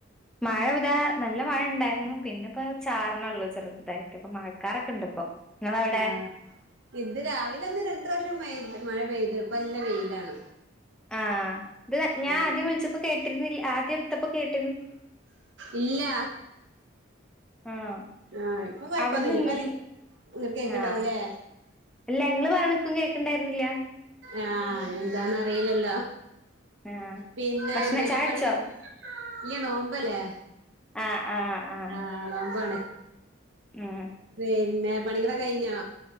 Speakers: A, in the centre; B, on the right.
A: മഴ ഇതാ നല്ല മഴ ഇണ്ടായിരുന്നു പിന്നെ ഇപ്പ ചാരണേ ഉള്ളൂ ചെറു തായിട്ട് ഇപ്പ മഴക്കാാരൊക്കെ ഇണ്ട് ഇപ്പൊ ഇങ്ങളവിടെ
B: ആ ഇത് രാവിലെ ഒന്നും രണ്ട പ്രാവശ്യംമായിൈല്ല മഴ പെയ്ത് ഇപ്പ നല്ല വെയിലാണ്
A: ആ ഇത് ഞാൻ
B: ഉം
A: ആദ്യം വിളിച്ചപ്പോ കേട്ടിരുന്നില്ല ആദ്യ എടുത്തപ്പോ കേട്ടി
B: ഇല്ല
A: ആണോ
B: ആ ഇപ്പൊ കൊഴപ്പൊന്നുമില്ല
A: അവിടുന്ന് ഇങ്ങട്
B: ഇപ്പ ഇങ്ങ കേ കേക്കണ്ടാവൂലേ
A: ആഹ് അല്ല ങ്ങള് പറണക്കും കേൾക്കണ്ടായിരുന്നില്ല
B: ആ എന്താന്ന അറിയിലല്ലോ
A: ആഹ്
B: പിന്നെ
A: ഭക്ഷണം
B: എന്ത ഒരു
A: ചായുടിച്ചോ
B: പണി ഇല്ല നോമ്പല്ലേ
A: ആഹ് ആഹ് ആഹ്
B: ആ നോമ്പാണ്
A: ആഹ്
B: പിന്നെ പണികളെ കഴിഞ്ഞാ